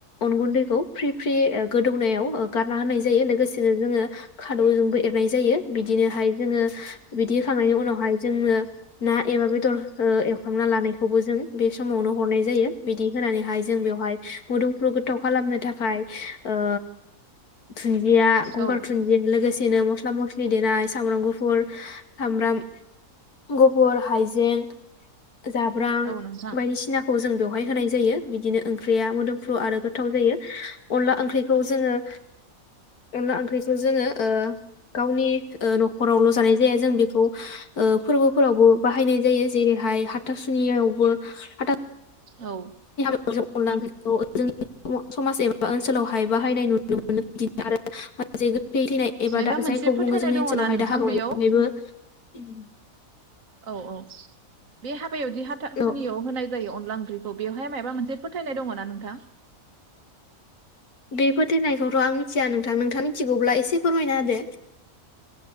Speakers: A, on the left; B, on the right.
A: अन गुन्दैखौ फ्रि-फ्रि ओ गोदौनायाव ओ गारना होनाय जायो। लोगोसेनो जोंङो खादौजोंबो एरनाय जायो बिदिनोहाय जोंङो बिदि होखांनायनि उनावहाय जोंनो ना एबा बेदर हो एवखांना लानाय खौबो जों बे समावनो हरनाय जायो। बिदि होनानैहाय जों बेवहाय मोदोमफ्रु गोथाव खालामनो थाखाय ओ दुनन्दिया गंगार
B: औ
A: थुन्दिया लोगोसे दिनो मस्ला मुस्लि देनाय सामब्राम गुफुर सामब्राम गुफुर हायजें जा खुमब्रां
B: औ नोंथां
A: बायदिसिनाखौ जों बेवहाय होनाय जायो बिदिनो ओंख्रैया मोदोमफ्रो आरो गोथाव जायो अनला ओंख्रैखौ जोङो अनला ओंख्रैखौ जोङो ओ गावनि ओ न'खरावल' जानाय जाया जों बेखौ ओ फोरबो फोरावबो बाहायनाय जायो जेरैहाय हाथा सो सोनियावबो हाथा
B: औ
A: जों अनला ओंख्रैखौ जोंनि समाज एबा ओनसोलावहाय बाहायनाय नुनो मोनो बिदिनो आरो <unintelligible> थैनाय एबा
B: मायबा
A: दा
B: मोनसे
A: जायखौ
B: फोथायनाय
A: बुङो जोंनि
B: दङना
A: ओनसोलावहाय
B: नोंथां
A: दाहाबावनाय
B: बेयाव
A: बेहायबो ओम
B: औ औ बे हाबा बेयावदि हाथा
A: औ
B: सुनियाव होनाय जायो अनला ओंख्रैखौ बेयावहाय मायबा मोनसे फोथायनाय दङ'ना नोंथां?
A: बे फोथायनायखौथ' आं मिथिया नोंथां नोंथाङा मिथिगौब्ला एसे फोरमायना होदो।